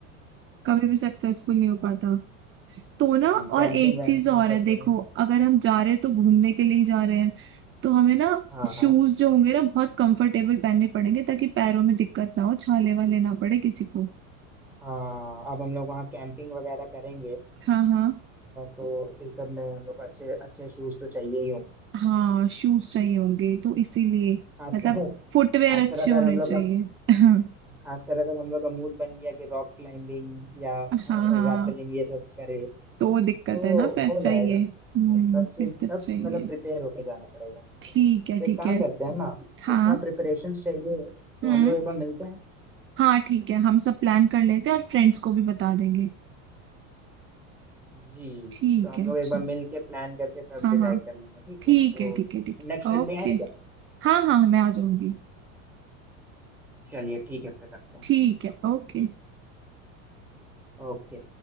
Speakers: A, in the centre; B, on the right (about 30°).
A: हम्म।
B: कभी भी सक्सेसफुल नहीं हो पाता तो ना और
A: जी कैंपिंग
B: एक
A: वैम्पिंग
B: चीज और
A: सब
B: है देखो
A: करने का
B: अगर हम जा रहे हैं तो घूमने के लिए ही जा रहे हैं तो हमें ना
A: हाँ
B: शूज
A: हाँ
B: जो होंगे ना बहुत कंफर्टेबल पहनने पड़ेंगे ताकि पैरों में दिक्कत ना हो छाले वाले ना पड़े किसी को
A: हाँ अब हम लोग वहाँ कैंपिंग वगैरह करेंगे अ,
B: हाँ हाँ
A: तो इस सब में हम लोग को अच्छे अच्छे शूज तो चाहिए ही होंगे
B: हाँ शूज चाहिए होंगे तो इसीलिए
A: खासकर
B: मतलब
A: खासकर
B: फुटवेयर अच्छे
A: अगर
B: होने
A: हम लोग
B: चाहिए
A: का
B: <laughs>
A: खासकर अगर हम लोग का मूड बन गया कि रॉक क्लाइंबिंग या रैपलिंग
B: हाँ हाँ
A: ये सब करें
B: तो वो दिक्कत
A: तो
B: है ना फिर
A: हो
B: चाहिए
A: जाएगा
B: हम्म
A: हाँ सब चीज
B: फिर तो
A: सब
B: चाहिए
A: मतलब प्रिपेयर होके जाना पड़ेगा हम लोग
B: ठीक
A: को तो
B: है ठीक
A: एक काम
B: है
A: करते हैं ना
B: हाँ
A: इतना प्रिपरेशन चाहिए तो
B: हम्म
A: हम लोग एक बार मिलते हैं
B: हाँ ठीक है हम सब प्लान कर लेते हैं और फ्रेंड्स को भी बता देंगे
A: जी
B: ठीक
A: तो हम
B: है
A: लोग
B: अच्छा
A: एक बार मिल के प्लान करके सब
B: हाँ
A: डिसाइड
B: हाँ
A: कर लेंगे ठीक
B: ठीक
A: है ना तो
B: है ठीक है ठीक
A: नेक्स्ट
B: है
A: संडे
B: ओके
A: आए क्या
B: हाँ हाँ मैं आ जाऊंगी
A: चलिए ठीक है फिर रखते हैं
B: ठीक है ओके
A: ओके